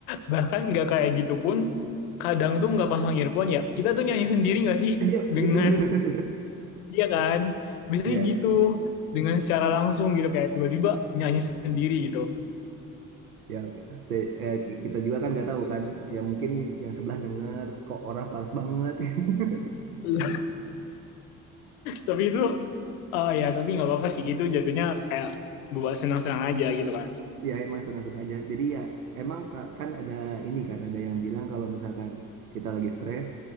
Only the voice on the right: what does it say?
iya
iya bener bener bener
iya
ya oke. Saya- eh, kita juga kan nggak tahu kan ya mungkin yang sebelah denger kok orang pals banget <laughs>
Ya emang senang-senang aja. Jadi ya emang ka- kan ada ini kan ada yang bilang kalau misalkan kita lagi stres